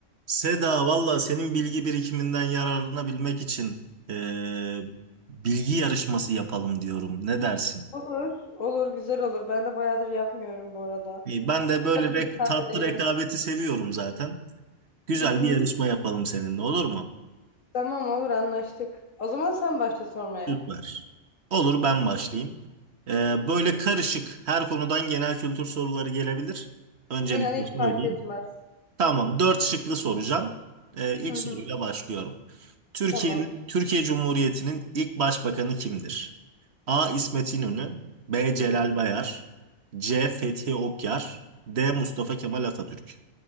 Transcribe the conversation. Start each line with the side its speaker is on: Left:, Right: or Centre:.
Right: Seda valla senin bilgi birikiminden yararlanabilmek için eee, bilgi yarışması yapalım diyorum. Ne dersin?
Left: Olur, olur, güzel olur. Ben de bayağıdır yapmıyorum bu arada.
Right: İyi, Ben de
Left: Bakalım
Right: böyle rek-
Left: bir tazeleyelim.
Right: tatlı rekabeti seviyorum zaten. Güzel
Left: Hı hı.
Right: bir yarışma yapalım seninle olur mu?
Left: Tamam olur, anlaştık. O zaman sen başla sormaya.
Right: Süper. Olur ben başlayayım. Eee, böyle karışık her konudan genel kültür soruları gelebilir. Öncelikle
Left: İnan hiç
Right: söyleyeyim.
Left: fark etmez.
Right: Tamam, dört şıklı soracağım. Ee, ilk
Left: Hı hı.
Right: soruyla başlıyorum. Türkiye'nin
Left: Tamam.
Right: Türkiye Cumhuriyeti'nin ilk başbakanı kimdir? A. İsmet İnönü, B. Celal
Left: Hı.
Right: Bayar, C. Fethi Okyar, D. Mustafa Kemal Atatürk.